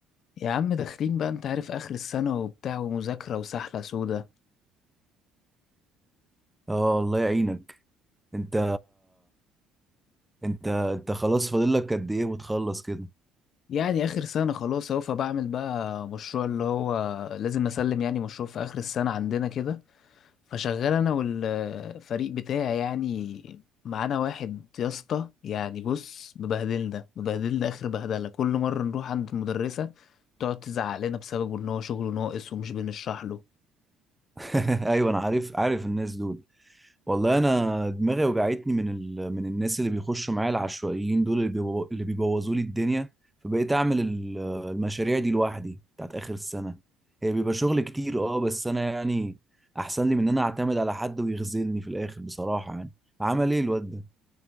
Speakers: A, on the left (about 60°); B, in the centre.
A: يا عم داخلين بقى انت عارف اخر السنة وبتاع ومذاكرة وسحلة سودة
B: اه الله يعينك انت انت انت خلاص فاضل لك قد ايه وتخلص كده
A: يعني اخر سنة خلاص اهو فبعمل بقى مشروع اللي هو لازم اسلم يعني مشروع في اخر السنة عندنا كده فشغال انا والفريق بتاعي يعني معانا واحد يا اسطى يعني بص مبهدلنا مبهدلنا اخر بهدله كل مره نروح عند المدرسه تقعد تزعق لنا بسببه ان هو شغله ناقص ومش بنشرح له
B: <laughs> ايوه انا عارف عارف الناس دول والله انا دماغي وجعتني من ال... من الناس اللي بيخشوا معايا العشوائيين دول اللي, بيبو... اللي بيبوظوا لي الدنيا فبقيت اعمل ال- المشاريع دي لوحدي بتاعت اخر السنه هي بيبقى شغل كتير اه بس انا يعني احسن لي من ان انا اعتمد على حد ويغزلني في الاخر بصراحه يعني عمل ايه الواد ده